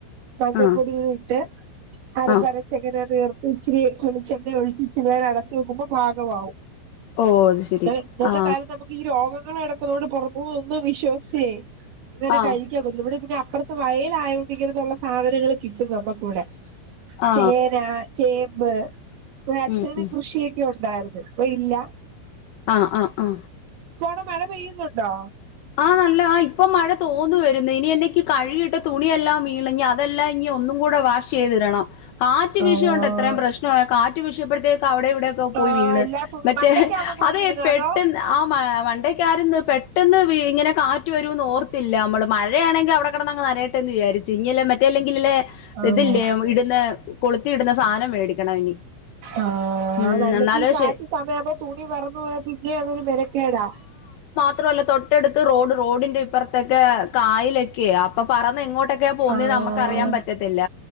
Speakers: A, on the right; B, on the left.
A: മഞ്ഞപ്പൊടിയും,
B: ആ
A: ട്ട് അരപ്പ്
B: ആ
A: അര ചങ്ങ് ചേർത്ത് ഇച്ചിരി വെളിച്ചണ്ണ ഒഴിച്ച്, ഇച്ചിരി നേരം അടച്ചു വെക്കുമ്പോ പാകമാവും.
B: ഓ അത് ശരി
A: ഇന്നത്തെ
B: ആ
A: കാലത്ത് നമ്മ ഈ രോഗങ്ങൾ കിടക്കണ കൊണ്ട് പുറത്തു പോവുമ്പ വിശ്വസിച്ചേ ഇങ്ങനെ
B: ആ
A: കഴി ക്കാൻ പറ്റില്ല. ഇവിടെ പിന്നെ അപ്പറത്ത് വയലായ കൊണ്ട്, ഇങ്ങനുള്ള സാധനങ്ങൾ കിട്ടും നമ്മുക്കിവിടെ.
B: ആ
A: ചേന, ചേമ്പ് ഇവിടെ അച്ഛന്
B: ഉം ഉം
A: കൃഷിയൊക്കെ ഒ ണ്ടായിരുന്നു. ഇപ്പം ഇല്ല.
B: ആഹ് ആ ആ.
A: ഇപ്പ അവിടെ മഴ പെയ്യുന്നുണ്ടോ?
B: ആ നല്ല ആ ഇപ്പൊ മഴ തോന്നു വരുന്നു. ഇനി എനിക്ക് കഴുകിയിട്ട തുണിയെല്ലാം ഇളിഞ്ഞ അതെല്ലാം ഇനി ഒന്നും കൂടെ വാഷ് ചെയ്തിടണം. കാറ്റ്
A: ആഹ്
B: വിശിയ കൊണ്ടാ ഇത്രയും പ്രശ്നമായേ. കാറ്റ് വിശിയപ്പോഴത്തേക്ക് അവിടെ ഇവിടെ ത്തം
A: ആഹ്
B: പോയി വീണ്.
A: എല്ലാ തുണി
B: മറ്റേ
A: മണ്ടയ്ക്കാന്നോ തുണി
B: അതെ
A: ഇടുന്നെ
B: പെട്ടന്ന്
A: അതോ
B: ആ മണ്ടക്കായിരുന്നു പെട്ടെന്ന് ഇങ്ങനെ കാറ്റ് വരു എന്ന് ഓർത്തില്ല നമ്മള്. മഴയാണെങ്കില് അവിടെ കിടന്ന് അങ്ങ് നനയട്ടെ എന്ന് വിചാരിച്ചു. ഇനിയല്ലേ മറ്റേല്ലെങ്കിലല്ലേ,
A: ആഹ്
B: ഇതില്ലേ നമ ഇടുന്ന കൊളുത്തി ഇടുന്ന സാധനം മേടിക്കണം ഇനി.
A: ആ
B: ഉം
A: അല്ലെങ്കി
B: എന്നാലേ
A: ഈ കാറ്റ്
B: ശെ
A: സമയം ആകുമ്പോ, തുണി പറന്നു പോയാൽ പിന്നെ അതൊരു മെനക്കേടാ..
B: ത്രൊല്ല, തൊട്ടടുക്ക് റോഡ്, റോഡിന്റെ ഇപ്പുറത്തൊക്കെ കായലൊക്കെയാ. അപ്പൊ പറന്ന് എങ്ങോ ട്ടെക്കയാ പോന്നേന്ന്
A: ആഹ്
B: നമുക്ക് അറിയാൻ പറ്റത്തില്ല.